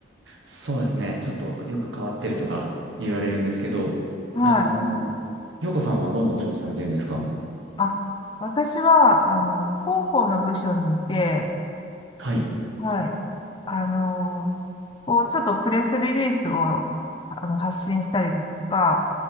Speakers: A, on the right; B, on the left.
A: そうですね。ちょっとよく変わってるとか言われるんですけど、
B: はい
A: あのー、洋子さんはどんなお仕事されてるんですか
B: あ、私は、あの、広報の部署にいて、
A: はい。
B: はい。あの、こう、ちょっとプレスリリースを、あの、発信したりとか、